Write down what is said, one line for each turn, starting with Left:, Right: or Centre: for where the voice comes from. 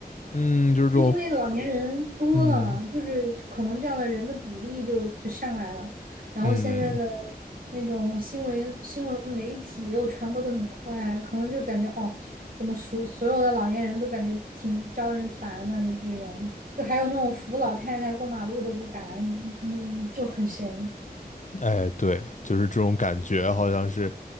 Left: 嗯，就是这种，
Right: 就因为老年人多了，
Left: 嗯
Right: 就是可能这样的人的比例就就上来了，然后现在的
Left: 嗯，
Right: 那种新闻新闻媒体又传播的很快，可能就感觉哦，怎么所所有的老年人都感觉挺招人烦的，就这种，就还有那种扶老太太过马路都不敢，一就很神。
Left: 哎，对，就是这种感觉，好像是，